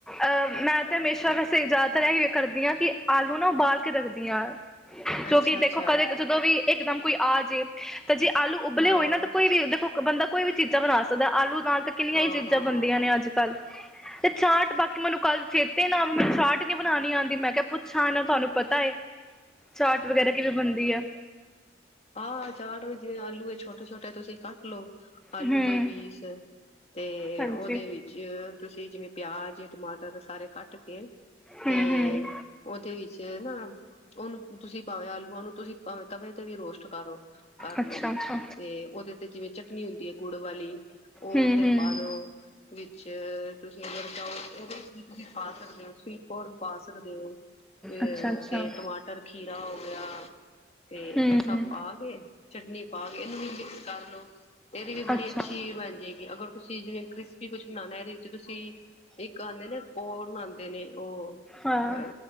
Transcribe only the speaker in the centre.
ਅਹ ਮੈਂ ਤੇ ਹਮੇਸ਼ਾ ਵੈਸੇ ਜ਼ਿਆਦਾਤਰ ਇਹ ਕਰਦੀ ਹਾਂ ਕਿ ਆਲੂ ਨਾ ਉਬਾਲ ਕੇ ਰੱਖਦੀ ਹਾਂ। ਕਿਉਂਕਿ
ਦੇਖੋ ਕਦੇ ਜਦੋਂ ਵੀ ਇੱਕਦਮ ਕੋਈ ਆ ਜੇ ਤੇ ਜੇ ਆਲੂ ਉਬਲੇ
ਹੋਏ ਨਾ ਤੇ ਕੋਈ ਵੀ ਦੇਖੋ ਬੰਦਾ ਕੋਈ ਵੀ ਚੀਜ਼ਾਂ ਬਣਾ ਸਕਦਾ ਆਲੂ ਨਾਲ ਕਿੰਨੀਆਂ
ਹੀ ਚੀਜ਼ਾਂ
ਬਣਦੀਆਂ ਨੇ, ਅੱਜ ਕੱਲ੍ਹ। ਤੇ ਚਾਟ ਬਾਕੀ ਮੈਨੂੰ ਕੱਲ ਚੇਤੇ ਨਾ ਮੈਨੂੰ ਚਾਟ ਹੀ ਨੀ ਬਣਾਨੀ ਆਦੀ ਮੈਂ ਕਿਹਾ ਪੁੱਛਾਂ ਇਹਨਾ ਤੁਹਾਨੂੰ ਪਤਾ ਐ। ਚਾਟ ਵਗੈਰਾ ਕਿਵੇਂ ਬਣਦੀ ਆ।
ਹਮ
ਹਾਂਜੀ
ਹਮ
ਹਮ
ਅੱਛਾ ਅੱਛਾ
ਹਮ
ਹਮ
ਅੱਛਾ ਅੱਛਾ
ਹਮ
ਅੱਛਾ
ਹਾਂ